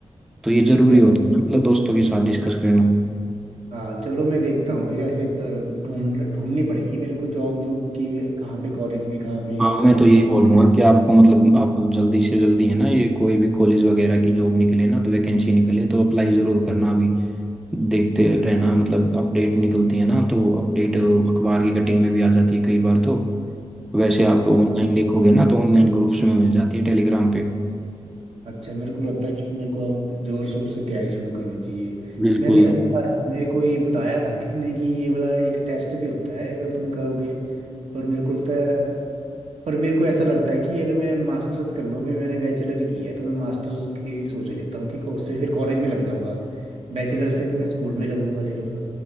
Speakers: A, in the centre; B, on the right.
A: तो ये जरूरी
B: चल
A: होता है ना मतलब दोस्तों के साथ डिस्कस करना
B: हाँ चलो मैं देखता हूँ फिर ऐसे अ, ढूंढ ढूंढनी पड़ेगी मेरे को जॉब जॉब की भी कहाँ पे कॉलेज में कहाँ पे या
A: हाँ
B: स्कूल
A: मैं तो यही बोलूंगा कि आपको मतलब आप जल्दी से जल्दी है ना ये कोई भी कॉलेज वगैरह की जॉब निकले ना तो वैकेंसी निकले तो अप्लाई जरूर करना अभी देखते रहना मतलब अपडेट निकलती है ना तो अपडेट अखबार की कटिंग में भी आ जाती है कई बार तो वैसे आप
B: अच्छा
A: ऑनलाइन देखोगे ना तो ऑनलाइन ग्रुप्स में मिल जाती है टेलीग्राम पे
B: अच्छा मेरे को लगता है कि फिर मेरे को अब जोर शोर से तैयारी शुरू करनी चाहिए
A: बिल्कुल
B: मैंने अच्छा मेरे को ये बताया था किसी ने कि ये वाला एक टेस्ट भी होता है अगर तुम करोगे पर मेरे को लगता है पर मेरे को ऐसा लगता है कि अगर मैं मास्टर्स कर लूँ अभी मैंने बैचलर ही की है तो मैं मास्टर की भी सोच लेता हूँ कि को- उससे फिर कॉलेज में लग जाऊंगा बैचलर से तो मैं स्कूल में लगूंगा सिर्फ